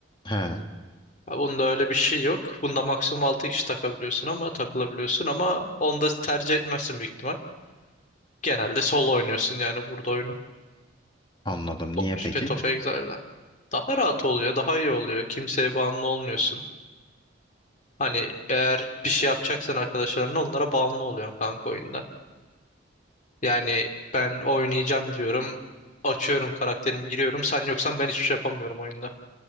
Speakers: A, on the left; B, on the left.
A: He,
B: Ha, Bunda öyle bir şey yok. Bunda maksimum 6 kişi takabiliyorsun ama takılabiliyorsun ama onu da tercih etmezsin büyük ihtimal. Genelde solo oynuyorsun yani burada oyunu.
A: anladım.
B: O-
A: Niye peki?
B: Path of Exile'da. Daha rahat oluyor, daha iyi oluyor. Kimseye bağımlı olmuyorsun. Hani eğer bir şey yapacaksan arkadaşlarınla onlara bağımlı oluyorsun kanka oyunda. Yani ben oynayacağım diyorum. Açıyorum karakterimi giriyorum. Sen yoksan ben hiçbir şey yapamıyorum oyunda.